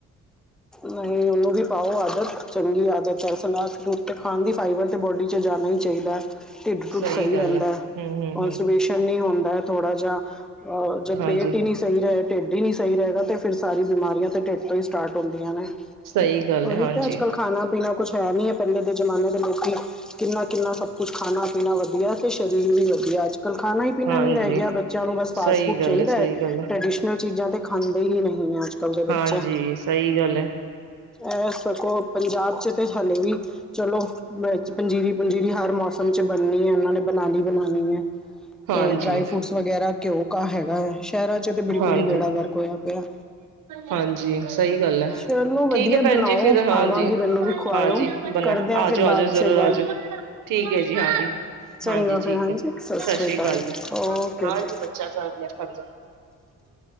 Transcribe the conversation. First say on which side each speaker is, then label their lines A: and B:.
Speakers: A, in the centre; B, on the right.
A: ਨਈ ਓਨੂੰ ਵੀ ਪਾਓ ਆਦਤ, ਚੰਗੀ ਆਦਤ ਹੈ ਸਲਾਦ ਸਲੂਦ ਤੇ ਖਾਣ ਦੀ। ਫਾਈਬਰ ਤਾ ਬੋਡੀ ਚ ਜਾਣਾ ਹੀ ਚਾਹੀਦਾ, ਢਿੱਡ ਟੁਡ
B: ਸਹੀ
A: ਸਈ
B: ਗੱਲ
A: ਰਹਿੰਦਾ,
B: ਹੈ ਹਮ ਹਮ
A: ਕੋਨਸੁਬੇਸ਼ਨ।
B: ਹਮ
A: ਨੀ ਹੁੰਦਾ ਹੈ ਥੋੜਾ ਜਿਹਾ, ਅਹ ਜਦ
B: ਹਾਂਜੀ
A: ਪੇਟ ਹੀ ਨਈ ਸਹੀ ਰਹੇ ਢਿੱਡ ਹੀ ਨਹੀਂ ਸਹੀ ਰਹੇਗਾ ਤੇ ਫਿਰ ਸਾਰੀ ਬਿਮਾਰੀਆਂ ਤਾਂ ਢਿੱਡ ਤੋਂ ਹੀ ਸਟਾਰਟ ਹੁੰਦੀਆਂ ਨੇ।
B: ਸਹੀ ਗੱਲ
A: ਓਹੀ
B: ਹੈ ਹਾਂਜੀ
A: ਤਾ ਅੱਜ-ਕੱਲ੍ਹ ਖਾਣਾ ਪੀਣਾ ਕੁਝ ਹੈ ਨਹੀਂ ਪਹਿਲੇ ਦੇ ਜ਼ਮਾਨੇ ਦੇ ਲੋਕੀ ਕਿੰਨਾ-ਕਿੰਨਾ ਸਭ ਕੁਛ ਖਾਣਾ-ਪੀਣਾ ਵਧੀਆ ਤੇ ਸਰੀਰ ਵੀ ਵਧੀਆ ਅੱਜ। ਕੱਲ ਖਾਣਾ ਹੀ ਪੀਣਾ
B: ਹਾਂਜੀ
A: ਨੀ ਰਹਿ ਗਿਆ ਬੱਚਿਆਂ ਨੂੰ ਬਸ ਫਾਸਟ
B: ਸਹੀ
A: ਫੂਡ
B: ਗੱਲ
A: ਚਾਹੀਦਾ
B: ਸਹੀ
A: ਹੈ
B: ਗੱਲ
A: ਟ੍ਰੈਡੀਸ਼ਨਲ ਚੀਜ਼ਾਂ ਤੇ ਖਾਂਦੇ ਈ ਨਈਂ ਏ ਅੱਜ। ਕੱਲ ਦੇ ਬੱਚੇ
B: ਹਾਂਜੀ, ਸਈ ਗੱਲ ਏ।
A: ਇਹ ਸਗੋਂ ਪੰਜਾਬ ਚ ਤੇ ਹਾਲੇ ਵੀ ਚਲੋ ਵੇਜ ਪੰਜੀਰੀ-ਪੰਜੀਰੀ ਹਰ ਮੌਸਮ ਚ ਬਣਨੀ ਹੈ ਇਹਨਾਂ ਨੇ ਬਣਾਣੀ-ਬਣਾਣੀ ਏ।
B: ਹਾਂਜੀ
A: ਤੇ ਡਰਾਈ ਫਰੂਟਸ ਵਗੈਰਾ ਘਿਉ ਕ ਹੈਗਾ ਹੈ, ਸ਼ਹਿਰਾਂ ਚ ਤੇ ਬਿਲਕੁਲ
B: ਹਾਂਜੀ
A: ਹੀ ਬੇੜਾ ਗਰਕ ਹੋਇਆ ਪਿਆ।
B: ਹਾਂਜੀ ਸਈ ਗੱਲ ਏ,
A: ਚਲੋ ਵਧੀਆ
B: ਠੀਕ ਏ ਭੈਣ
A: ਬਣਾਓ
B: ਜੀ ਫਿਰ ਹਾਂਜੀ,
A: ਆਵਾਂਗੀ ਮੈਨੂੰ ਵੀ ਖਵਾਇਓ
B: ਹਾਂਜੀ। ਬੰਨਾ,
A: ਕਰਦੇ
B: ਆ
A: ਫਿਰ
B: ਜਓ
A: ਬਾਅਦ
B: ਆ ਜਓ
A: 'ਚ
B: ਜ਼ਰੂਰ
A: ਗੱਲ
B: ਆ ਜਓ, ਠੀਕ ਹੈ ਜੀ ਹਾਂਜੀ।
A: ਚੰਗਾ
B: ਹਾਂਜੀ
A: ਫਿਰ
B: ਠੀਕ
A: ਹਾਂਜੀ
B: ਹੈ
A: ਸ਼੍ਰੀ
B: ਸਤਿ ਸ੍ਰੀ
A: ਅਕਾਲ
B: ਕਾਲ ਜੀ
A: ਓਕੇ
B: ਹਾਂਜੀ।
A: ਜੀ